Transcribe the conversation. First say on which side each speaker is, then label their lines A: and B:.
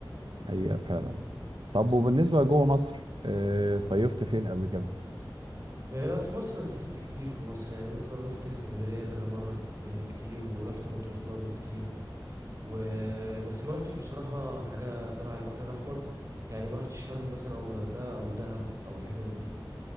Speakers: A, on the right; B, on the right.
A: حقيقة فعلا طب وبالنسبة لجوه مصر آه، صيفت فين قبل كده؟
B: آه، لا في مصر انا سافرت كتير في مصر يعني مثلا رحت اسكندرية كذا مرة كت- آه، كتير ورحت مطروح برضو كتير وبس ما رحتش بصراحة حاجة تبع البحر الاحمر يعني ما رحتش شرم مثلا او الغردقة او دهب او الحتت دي